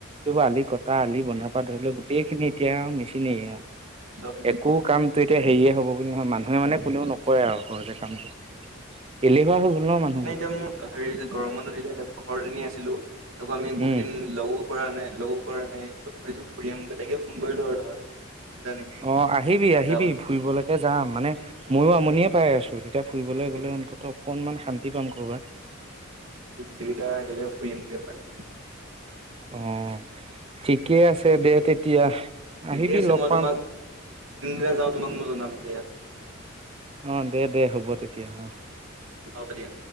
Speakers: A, on the right; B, on the right.
A: এইবোৰ আলি কটা আলি বন্ধা পা ধৰি ল গোটেইখিনি এতিয়া আও মেচিনেৰে আৰু
B: চব মেচিন
A: একো কামটো এতিয়া হেৰিয়ে হ'ব বুলি নহয় মানুহে মানে কোনেও নকৰে আৰু সহজে কামবোৰ এলেহুৱা হৈ গ'ল ন মানুহ
B: মানে এতিয়া মোৰ হেৰি গৰম বন্ধ দিলে এতিয়া ঘৰত এনেই আছিলো আকৌ আমি বহুত
A: উম
B: দিন লগো কৰা নাই লগো কৰা নাই <unintelligible> ফুৰি আহোগৈ তাকে ফোন কৰিলো আৰু তোমাক সোধা নেকি
A: অ' আহিবি আহিবি
B: যাবা নেকি
A: ফুৰিবলৈকো যাম মানে
B: উম
A: ময়ো আমনিয়ে পাই আছোঁ তেতিয়া ফুৰিবলৈ
B: এনেই
A: গ'লে অন্ততঃ অকনমান শান্তি পাম কৰ'বাত
B: দুইটাই একেলগে ফুৰিমগৈ <unintelligible>
A: অ' থিকে আছে দে তেতিয়া
B: থিকে
A: আহিবি
B: আছে
A: লগ
B: মই
A: পাম
B: তোমাক জোনদিনা যাওঁ তোমাক মই জনাম দিয়া উম,
A: অ' দে দে হ'ব তেতিয়া অ'
B: হ'ব দিয়া